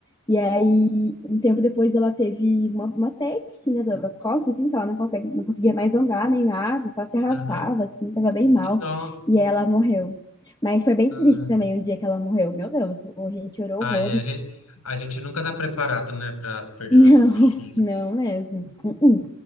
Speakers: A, on the left (about 20°); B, on the left (about 75°).
A: E aí, um tempo depois, ela teve uma, uma peste, né, da- das costas, assim, que ela não consegue, não conseguia mais andar nem nada, só se arrastava,
B: Aham,
A: assim, tava bem mal.
B: Que dó.
A: E aí ela morreu. Mas foi bem
B: Ah,
A: triste também o dia que ela morreu. Meu Deus, o- a gente chorou
B: ai,
A: horrores.
B: a gente, a gente nunca tá preparado, né, pra perder
A: <laughs> Não,
B: nossos bichinhos.
A: não mesmo. Uh-uh.